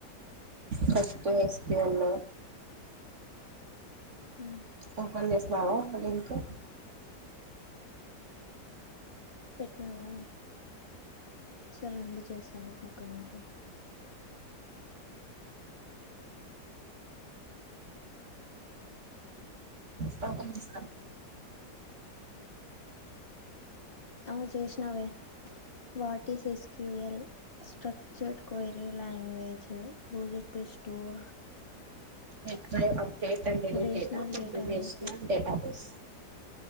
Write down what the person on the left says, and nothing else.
మ్మ్
పెట్నవా సరే ఉండు చేస్తను ఒక్క నిమిషం
ఆ చేసినా వే what is S Q L structured query language use it to store
rational
డేటాబేస్